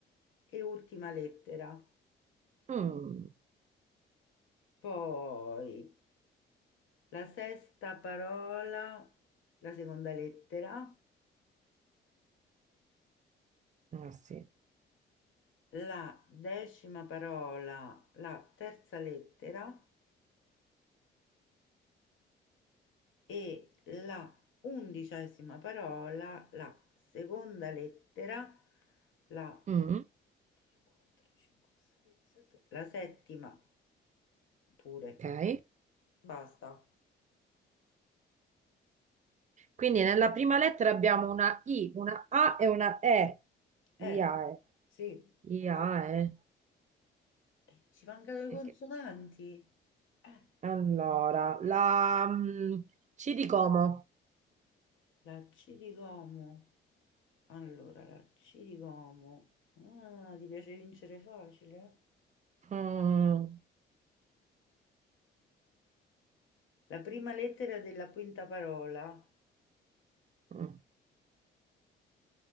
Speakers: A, on the left (about 75°); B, on the right (about 40°).
A: e ultima lettera.
B: Mm.
A: Poi la sesta parola, la seconda lettera.
B: Ah, sì.
A: la decima parola, la terza lettera e la undicesima parola, la seconda lettera, la,
B: Mm.
A: un, tre, quattro, cinque, sei, sette, la settima pure.
B: Ok.
A: Basta.
B: Quindi nella prima lettera abbiamo una I, una A e una E. IAE.
A: Eh, sì,
B: IAE.
A: esatto. Eh, Ci mancano le consonanti.
B: E che-
A: Eh,
B: Allora, la mm, C di Como.
A: la C di Como. Allora, la C di Como. Ah, ti piace vincere facile? eh?
B: Mm.
A: La prima lettera della quinta parola
B: Mm.